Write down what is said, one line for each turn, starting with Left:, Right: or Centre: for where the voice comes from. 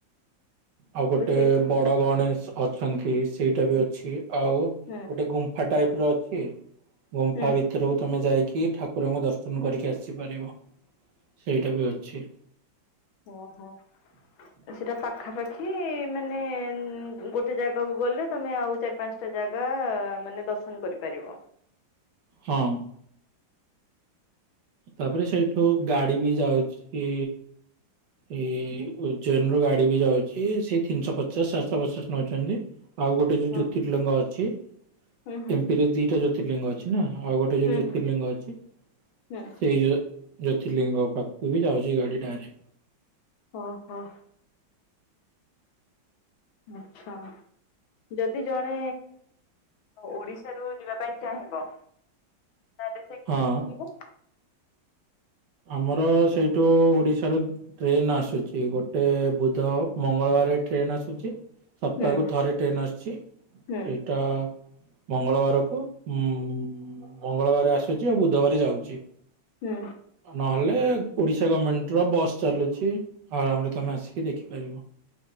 Right: ଆଉ ଗୋଟେ
Left: ସେଇଠି
Right: ବଡ ଗଣେଶ ଅଛନ୍ତି ସେଇଟା ବି ଅଛି ଆଉ
Left: ହୁଁ
Right: ଗୋଟେ ଗୁମ୍ ଫା ଟାଇପ ର ଅଛି ଗୁମ୍ଫା
Left: ହୁଁ।
Right: ଭ <unintelligible> ଭିତରକୁ ତୁମେ ଯାଇକି ଠାକୁରଙ୍କୁ ଦର୍ଶନ କରିକି ଆସିପାରିବ ସେଇଟା ବି ଅଛି।
Left: ହ ହୋ
Right: ଁ <inaudible>
Left: ସେଇଟା ପାଖାପାଖି ମାନେ ଗୋଟେ ଜାଗାକୁ ଗଲେ ତୁମେ ଆଉ ଚାରି ପାଞ୍ଚ ଟା ଜାଗା ମାନେ ଦର୍ଶନ କରିପାରିବ।
Right: ହଁ। ତାପରେ ସେଇଠୁ ଗାଡି ବି ଯାଉଛି। ଏଇ ଉଜନ ରୁ ଗାଡି ବି ଯାଉଛି ସେଇ ତିନିଶହ ପଚାଶ ସାତିଶହ ପଚାଶ ନଉଛନ୍ତି। ଆଉ ଗୋଟେ ଯୋଉ
Left: ହଁ
Right: ଜ୍ୟୋତିର୍ଲିଙ୍ଗ ଅଛି
Left: ହୁଁ ହୁଁ
Right: ଏମପି ରେ ଦିଟା ଜୋ ଜ୍ୟୋତିର୍ଲିଙ୍ଗ ଅଛି ନା ଆଉ ଗୋଟେୋଉ
Left: ହୁଁ
Right: ଜ୍ୟୋତିର୍ଲିଙ୍ଗ
Left: ହୁଁ
Right: ଅଛି।
Left: ହୁଁ।
Right: ଏଇ ଜ୍ୟୋତିର୍ଲିଙ୍ଗ ପାଖକୁ ବି ଯାଉଛି ଗାଡି ଡାଁରେ
Left: ଅହଁ ହ ଆଛା। ଯଦି ଜଣେ ଓଡିଶାରୁ ଯିବା ପାଇଁ ଚାହିଁବ। ତାଲେ ସେ କେମିତି
Right: ହଁ
Left: ଯିବ?
Right: ଆମର ସେଇଠୁ ଓଡିଶାରୁ ଟ୍ରେନ ଆସୁଛି ଗୋଟେ ବୁଧ ମଙ୍ଗଳବାରେ ଟ୍ରେନ ଆସୁଛି। ସପ୍ତାହକୁ
Left: ହୁଁ
Right: ଥରେ ଟ୍ରେନ୍ ଆସୁଛି
Left: ହୁଁ
Right: ସେଇଟା ମଙ୍ଗଳବାରକୁ ଉ ମଙ୍ଗଳବାର ଆସୁଛି ଆଉ ବୁଧବାର ଯାଉଛି।
Left: ହୁଁ।
Right: ନହେଲେ ଓଡିଶା ଗଭର୍ଣମେଣ୍ଟ ର ବସ୍ ଚାଲୁଛି ଆରାମରେ ତମେ ଆସିକି ଦେଖିପାରିବ।